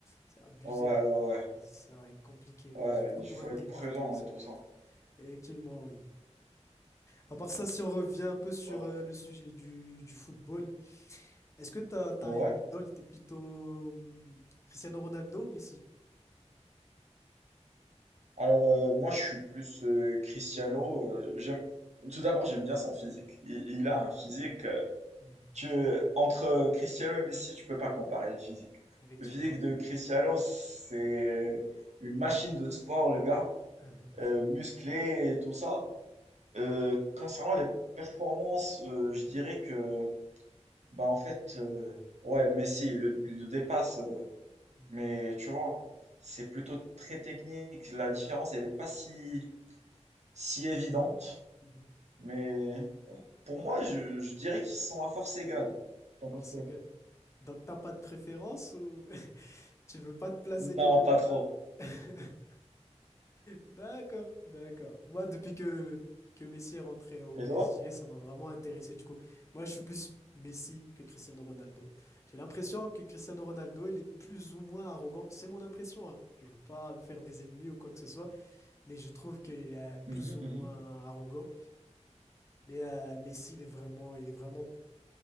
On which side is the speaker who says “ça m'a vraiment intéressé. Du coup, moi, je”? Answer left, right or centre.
Left